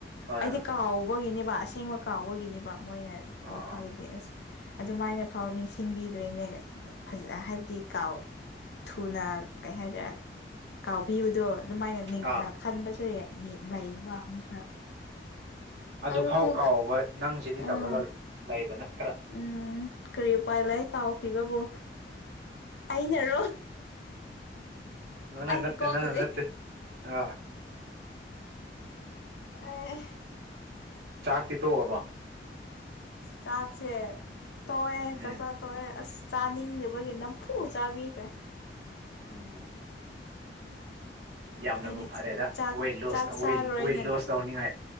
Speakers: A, on the right (about 75°); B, on the left (about 70°).
A: ꯍꯣꯏ
B: ꯑꯩꯗꯤ
A: ꯍꯣꯏ
B: ꯀꯥꯎ ꯎꯒꯤꯅꯦꯕ ꯑꯁꯦꯡꯕ ꯀꯥꯎꯕꯒꯤꯅꯤꯕ ꯃꯣꯏꯅ
A: ꯑꯣ
B: ꯋꯥꯈꯜꯗꯗꯤ ꯑꯁ ꯑꯗꯨꯃꯥꯏꯅ ꯐꯥꯎ ꯅꯤꯡꯁꯤꯡꯕꯤꯗꯣꯏꯅꯦ ꯐꯖ ꯍꯥꯏꯕꯗꯤ ꯀꯥꯎ ꯊꯨꯅ ꯀꯩ ꯍꯥꯏꯇꯥꯔꯦ ꯀꯥꯎꯕꯤꯕꯗꯣ ꯑꯗꯨꯃꯥꯏꯅ
A: ꯑꯥ
B: ꯈꯟꯕꯁꯨ ꯌꯥ ꯂꯩꯔꯤꯕꯕ ꯃꯤ ꯈꯔ
A: ꯑꯗꯨꯐꯥꯎ
B: ꯑꯗꯨꯕꯨ
A: ꯀꯥꯎꯕ ꯅꯪꯖꯤꯗꯤ
B: ꯑꯥ
A: ꯇꯧꯔꯒ ꯂꯩꯗꯅ ꯈꯔ
B: ꯎꯝ ꯀꯔꯤ ꯎꯄꯥꯏ ꯂꯩ ꯀꯥꯎ ꯄꯤꯕꯕꯨ ꯑꯩꯅꯔꯣ
A: ꯅꯪꯅ
B: ꯑꯩꯒꯤ
A: ꯅꯠꯇꯦ
B: ꯀꯣꯛꯅꯅꯦ
A: ꯅꯪꯅ ꯅꯠꯇꯦ ꯑꯥ
B: ꯑꯩ
A: ꯆꯥꯛꯇꯤ ꯇꯣꯛꯑꯕꯣ
B: ꯆꯥꯛꯁꯦ ꯇꯣꯛꯑꯦ
A: ꯎꯝ
B: ꯆꯆꯠ ꯇꯣꯛꯑꯦ ꯑꯁ ꯆꯥꯅꯤꯡꯗꯕꯒꯤ ꯅꯝꯐꯨ ꯆꯥꯕꯤꯈ꯭ꯔꯦ
A: ꯎꯝ ꯌꯥꯝꯅꯕꯨ
B: ꯑꯩꯗꯤ
A: ꯐꯔꯦꯗ
B: ꯆꯥꯛ
A: ꯋꯦ ꯂꯣꯁ
B: ꯆꯥꯛ ꯆꯥꯔꯣꯏꯅ
A: ꯋꯤꯜ ꯋꯦꯠ ꯂꯣꯁ ꯇꯧꯅꯤꯡꯉꯥꯏ